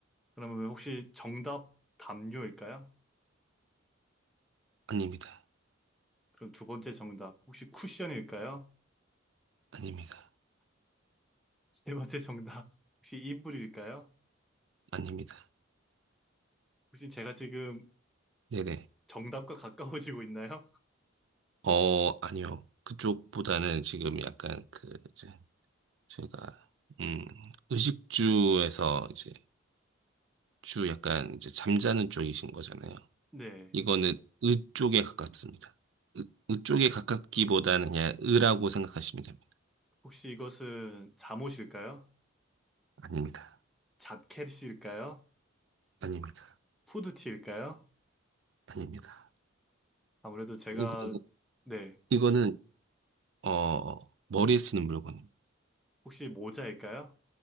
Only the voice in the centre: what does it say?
그러면 혹시 정답 담요일까요?
그럼 두 번째 정답, 혹시 쿠션일까요?
세 번째 정답. 혹시 이불일까요?
혹시 제가 지금
정답과 가까워지고 있나요?
네.
혹시 이것은 잠옷일까요?
자켓일까요?
후드티일까요?
아무래도 제가,
네.
혹시 모자일까요?